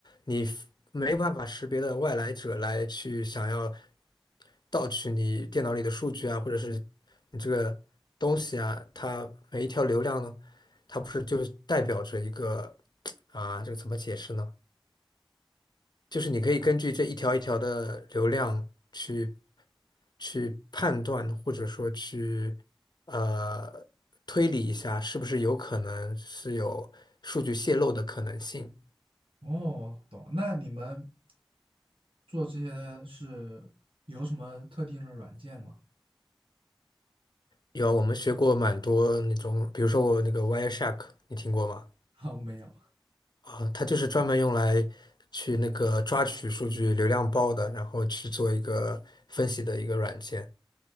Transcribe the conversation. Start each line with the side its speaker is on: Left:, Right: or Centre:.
Left: 你没办法识别的外来者来去想要盗取你电脑里的数据啊，或者是你这个东西啊，它每一条流量呢，它不是就是代表着一个 <tsk> 啊，这个怎么解释呢？就是你可以根据这一条一条的流量去。去判断，或者说去呃推理一下，是不是有可能是有数据泄露的可能性。
Right: 哦，懂那你们做这些是有什么特定的软件吗？
Left: 有啊，我们学过蛮多那种，比如说我那个 Wireshark，你听过吗？
Right: <laughs> 哦，没有，
Left: 啊，它就是专门用来去那个抓取数据流量包的，然后去做一个分析的一个软件。